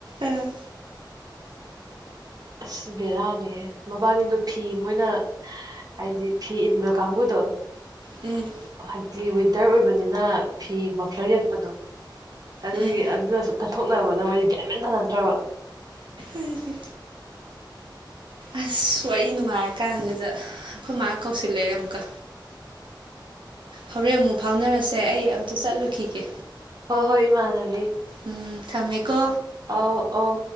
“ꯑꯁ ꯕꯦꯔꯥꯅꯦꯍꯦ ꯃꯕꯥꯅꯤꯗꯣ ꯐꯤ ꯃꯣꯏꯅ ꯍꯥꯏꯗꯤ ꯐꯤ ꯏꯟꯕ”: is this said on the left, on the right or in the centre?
Right